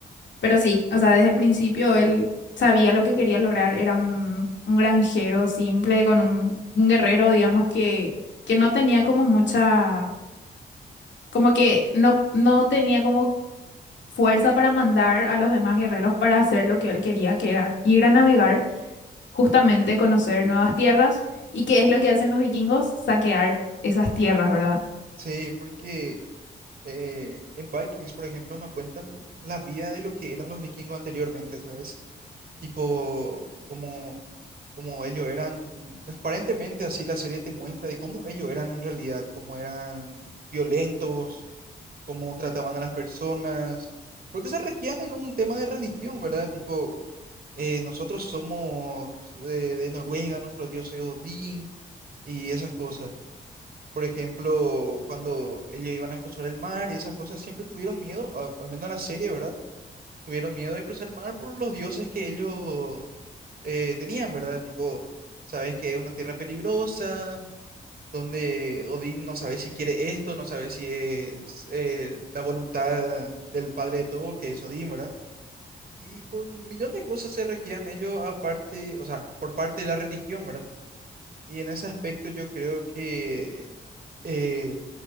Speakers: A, on the left (about 65°); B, on the right (about 50°).
A: pero sí, o sea, desde el principio él sabía lo que quería lograr, era un, un granjero simple, con un, un guerrero, digamos, que, que no tenía como mucha, como que no, no tenía como fuerza para mandar a los demás guerreros para hacer lo que él quería, que era ir a navegar, justamente conocer nuevas tierras. ¿Y qué es lo que hacen los vikingos? Saquear esas tierras, ¿verdad?
B: Sí, porque eh, en Vikings, por ejemplo, no cuentan la vida de lo que eran los vikingos anteriormente, ¿sabes? Tipo, como, como ellos eran, transparentemente así la serie te muestra de cómo ellos eran en realidad, cómo eran violentos, cómo trataban a las personas, porque se regían en un tema de religión, ¿verdad? Tipo, eh, nosotros somos de, de Noruega, nuestro dios es Odín y esas cosas. Por ejemplo, cuando ellos iban a cruzar el mar y esas cosas, siempre tuvieron miedo, a- al menos en la serie, ¿verdad? Tuvieron miedo de cruzar el mar por los dioses que ellos eh, tenían, ¿verdad? Tipo, sabes que es una tierra peligrosa donde Odín no sabe si quiere esto, no sabe si es eh, la voluntad del padre de todos, que es Odín, ¿verdad? Y por un millón de cosas se regían ellos aparte, o sea, por parte de la religión, ¿verdad? Y en ese aspecto yo creo que eh,